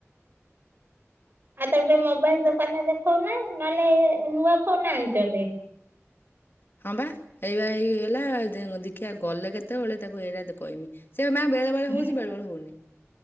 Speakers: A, on the right (about 50°); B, on the left (about 50°).
A: ଆଉ ତାକୁ ଟିକେ ମୋବାଇଲ ଦୋକାନରେ ଦେଖଉନା। ନହଲେ ନୂଆ ଫୋନ ଆଣିଛନ୍ତି।
B: ହଁ ବା ଏଇଆ ହେଇଗଲା ଦେଖିବା ଗଲେ କେତେବେଳେ ତାକୁ ଏଇଟା କହମି। ସେ ମା ବେଳେ ବେଳେ
A: ହୁଁ
B: ହଉଛି ବେଳେ ବଳେ ହଉନି।